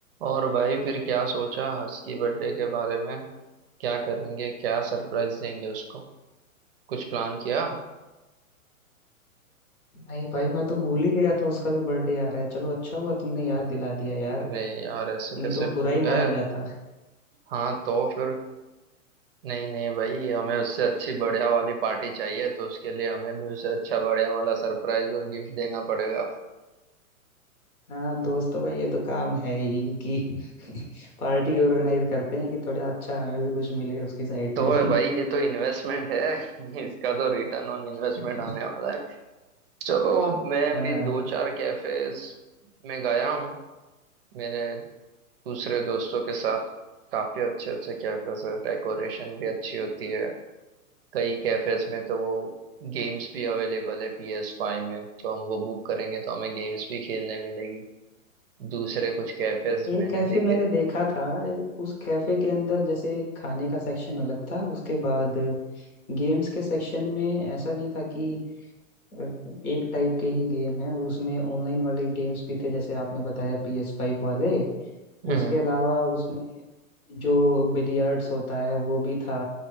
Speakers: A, on the right (about 45°); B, on the left (about 80°).
A: और भाई फिर क्या सोचा हर्ष की बर्थडे के बारे में क्या करेंगे क्या सरप्राइज देंगे उसको कुछ प्लान किया
B: नहीं भाई मैं तो भूल ही गया था उसका भी बर्थडे आ रहा है चलो अच्छा हुआ तुमने याद दिला दिया यार
A: अरे यार ऐसे
B: नहीं
A: कैसे
B: तो वो बुरा
A: भूल
B: ही
A: गए
B: मान जाता
A: हाँ तो फिर नहीं नहीं भाई हमें उससे अच्छी बढ़िया वाली पार्टी चाहिए तो उसके लिए हमें भी उसे अच्छा बढ़िया वाला सरप्राइज और गिफ्ट देना पड़ेगा
B: हाँ दोस्तों का ये तो काम है ही कि <laughs> पार्टी ऑर्गेनाइज करते हैं कि थोड़ा अच्छा हमें भी कुछ मिले उसकी साइड
A: तो
B: से
A: भाई ये तो इन्वेस्टमेंट है <laughs> इसका तो रिटर्न ऑन इन्वेस्टमेंट
B: <laughs>
A: आने वाला है चलो मैं
B: हाँ
A: भी दो चार कैफेज में गया हूँ मेरे दूसरे दोस्तों के साथ काफी अच्छे अच्छे कैफेज है डेकोरेशन भी अच्छी होती है कई कैफेज में तो वो गेम्स भी अवेलेबल है पी एस फाइव में तो हम वो बुक करेंगे तो हमें गेम्स भी खेलने मिलेगी दूसरे कुछ कैफेज
B: एक
A: मैंने
B: कैफे
A: देखे
B: मैंने देखा था उस कैफे के अंदर जैसे खाने का सेक्शन अलग था उसके बाद गेम्स के सेक्शन में ऐसा नहीं था कि अ, एक टाइप के ही गेम है उसमें ऑनलाइन वाले गेम्स भी थे जैसे आपने बताया पी एस फाइव वाले
A: हम्म
B: उसके अलावा उसमें जो बिलियर्ड्स होता है वो भी था